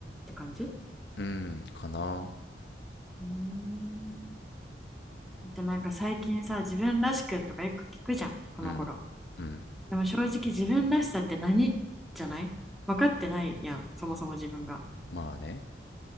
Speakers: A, in the centre; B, on the left.
A: て感じう
B: うん、かな。
A: ーんだってなんか最近さ、自分らしくとかよく聞くじゃん、この頃。
B: うん、うん。
A: でも正直自分らしさって何じゃない分かってないやん、そもそも自分が。
B: まあね。